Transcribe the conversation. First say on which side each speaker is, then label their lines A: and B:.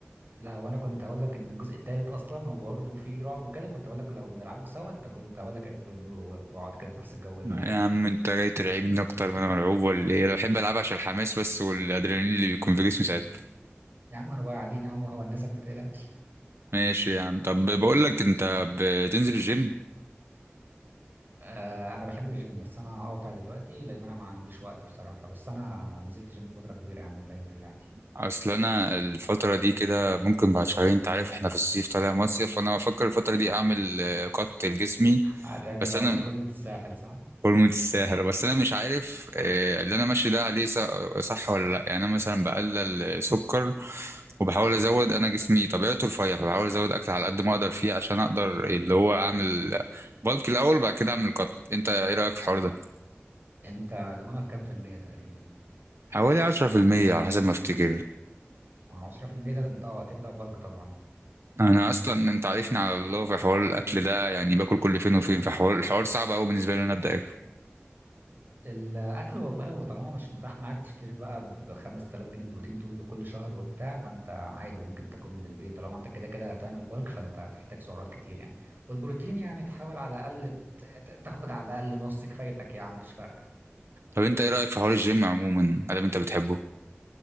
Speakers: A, on the right; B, on the right.
A: لا وانا كنت هقول لك ان الجزء الثالث اصلا هو برضه فيه رعب وكده كنت هقول لك لو نلعبه سوا انت كنت هقول لك اقفل النور و- واقعد كده في نفس الجو اللي انا قاعد
B: يا عم
A: فيه
B: انت جاي ترعبني اكتر ما انا مرعوب ولا ايه انا بحب العبها عشان الحماس بس والادرينالين اللي بيكون في جسمي ساعتها
A: يا عم انا بقى قاعدين يا عم وهونسك ما تقلقش
B: ماشي يا عم طب بقول لك انت بتنزل الجيم
A: آه انا بحب الجيم بس انا قاطع دلوقتي لان انا ما عنديش وقت بصراحه بس انا نزلت جيم فتره كبيره يعني وفاهم فيه عادي
B: اصل انا الفتره دي كده ممكن بعد شهرين انت عارف احنا في الصيف طالع مصيف فانا بفكر الفتره دي اعمل آه، قط لجسمي
A: هتعمل
B: بس
A: اه
B: انا
A: فورمة الساحل صح
B: فورمه الساهر بس انا مش عارف آه، اللي انا ماشي ده عليه ص- صح ولا لا يعني انا مثلا بقلل سكر وبحاول ازود انا جسمي طبيعته رفيع فبحاول ازود اكل على قد ما اقدر فيه عشان اقدر اللي هو اعمل بالك الاول وبعد كده اعمل قط انت ايه رايك في الحوار ده
A: انت دهونك كام في المية تقريبا
B: حوالي عشرة في المية على حسب ما افتكر
A: عشرة في المية ده انت اه تبدأ بالك طبعا
B: انا اصلا انت عارفني على الله في حوار الاكل ده يعني باكل كل فين وفين في حوار الحوار صعب قوي بالنسبه لي إن انا ابدا اكل
A: الاكل والله هو طالما مش متاح معاك تشتري بقى ب 5000 جنيه بروتين طول كل شهر وبتاع فانت عادي ممكن تاكل من البيت طالما انت كده كده هتعمل بالك فانت هتحتاج سعرات كتير يعني والبروتين يعني تحاول على الاقل ت- ت- تاخد على الاقل نص كفايتك يا عم مش فارقه
B: طب انت ايه رايك في حوار الجيم عموما ادام انت بتحبه